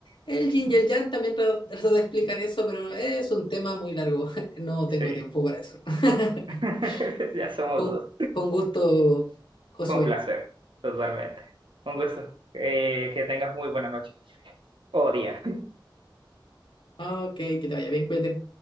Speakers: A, on the left; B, on the right.
A: El yin y el yang también tra- trato de explicar eso, pero es un tema muy largo, <laughs> no
B: sí,
A: tengo tiempo para eso. <laughs>
B: <laughs> ya somos
A: Con,
B: dos.
A: con gusto, Josué.
B: Fue un placer, totalmente. Un gusto. Eh, que tengas muy buena noche o día.
A: Ok, que te vaya bien, cuídate.